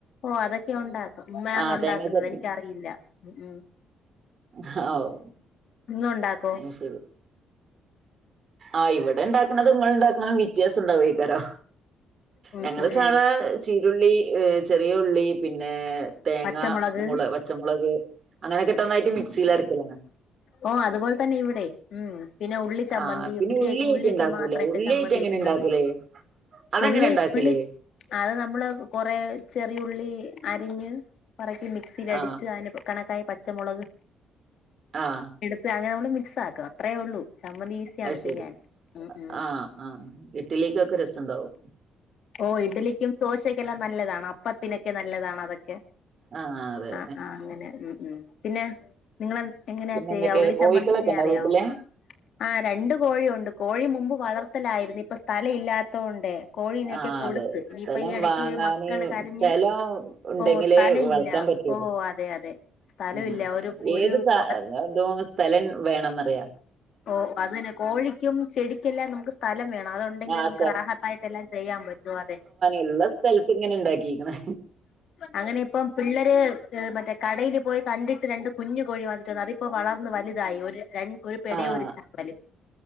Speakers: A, on the left; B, on the right.
A: ഓഹ് അതൊക്കെ ഒണ്ടാക്കും ഉമ്മയാണ്
B: ആഹ്
A: ഒണ്ടാക്കുന്നത്
B: തേങ്ങ ചട്നി
A: എനിക്കറിയില്ല ഉം ഉം
B: ഹാ ഓ
A: നിങ്ങളുണ്ടാക്കോ
B: അത് ശരി ആഹ് ഇവിടെണ്ടാക്കണതും ങ്ങള് ണ്ടാക്കണതും വ്യത്യാസം ണ്ടാവെയ്ക്കാരം
A: ഉം
B: ഞങ്ങള്
A: ഉം
B: സാധാ
A: ഉം
B: ചീരുള്ളി ഏഹ് ചെറിയ ഉള്ളി പിന്നെ തേങ്ങ
A: പച്ചമുളക്
B: മുളക് പച്ചമുളക് അങ്ങനൊക്കെട്ട് ഒന്നായിട്ട് മിക്സിയിലരക്കലാണ്
A: ഓഹ് അത്പോലെ തന്നെ ഇവിടെം ഉം പിന്നെ ഉള്ളി ചമ്മന്തിയും
B: ആഹ് പിന്നെ
A: ഉള്ളി
B: ഉള്ളിയായിട്ട്
A: ഉള്ളിയൊക്കെ
B: ഇണ്ടാക്കൂലേ
A: മാത്രമായിട്ട്
B: ഉള്ളിയായിട്ട്
A: ചമ്മന്തിയക്കുന്നത്
B: എങ്ങനെ ഇണ്ടാക്കല് അതെങ്ങനെ
A: ഉള്ളി
B: ഇണ്ടാക്കല്
A: ഉള്ളി അത് നമ്മള് കൊറേ ചെറിയുള്ളി അരിഞ്ഞ് പെറക്കി മിക്സിയിൽ അടിച്ച്
B: ആഹ്
A: അതിന് കണക്കായ പച്ചമുളക്
B: ആഹ്
A: എടുത്ത് അങ്ങനെ നമ്മള് മിക്സ് ആക്കുക് അത്രെ ഉള്ളൂ ചമ്മന്തി ഈസിയാണ്
B: അത് ശരി
A: ചെയ്യാൻ ഉം ഉം
B: ആഹ് ആഹ് ഇഡിലിക്കൊക്കെ രെസോണ്ടാകും
A: ഓഹ് ഇഡലിക്കും ദോശക്കെല്ലാം നല്ലതാണ് അപ്പത്തിനൊക്കെ നല്ലതാണ് അതൊക്കെ
B: ആഹ് അതെ
A: ആഹ് ആഹ് അങ്ങനെ ഉം ഉം പിന്നെ നിങ്ങള് എങ്ങനെയാ
B: പിന്നെ
A: ചെയ്യാ
B: എന്തൊക്കെ
A: ഉള്ളി
B: കോഴിക്കളൊക്കെ
A: ചമ്മന്തി ചെയ്യാൻ
B: ഇണ്ടോ
A: അറിയാവോ
B: വീട്ടില്
A: ആഹ് രണ്ട് കോഴി ഉണ്ട് കോഴി മുമ്പ് വളർത്തലായിരുന്നു ഇപ്പൊ സ്ഥലം ഇല്ലാത് ത്തോണ്ടെ കോഴിനെക്
B: ആഹ്
A: ക്കെ കൊടുത്ത്
B: അതെ
A: ഇനിയിപ്പൊ
B: സ്ഥലം
A: ഈ എടക്ക്
B: വാങ്ങാന്
A: മക്കള് കരഞ്ഞ്
B: സ്ഥലം ഉണ്ടെങ്കിലേ
A: ഓഹ് സ്ഥലം
B: വളർത്താൻ
A: ഇല്ല
B: പറ്റുള്ളൂ
A: ഓഹ് അതെ അതെ സ്ഥലം
B: ഉം
A: ഇല്ല ഒരു ഒരു
B: ഏത് സ
A: കൊ-
B: അതോ സ്ഥലം വേണംന്ന്റിയാ
A: ഓഹ് അത് തന്നെ കോഴിക്കും ചെടിക്കെല്ലാം നമുക്ക് സ് സ്ഥലം വേണം അത് ഉണ്ടെങ്കിലേ
B: ആഹ്
A: നമുക്ക് റാഹത്തായിട്ട് എല്ലാം ചെയ്യാൻ പറ്റു അതെ
B: എള്ള സ്ഥലത്ത് ഇങ്ങനെ ണ്ടാക്കിക്ക്ണ്
A: അങ്ങനെ ഇപ്പം പിള്ളേര് ഏഹ് മറ്റേ കടയിൽ പോയി കണ്ടിട്ട് രണ്ട് കുഞ്ഞ് കോഴി വങ്ങിച്ചിട്ടുവന്നു അതിപ്പോ വളർന്ന് വലുതായി ഒരു രണ് ഒരു പെടെം
B: ആഹ്
A: ഒരു ചാപ്പല്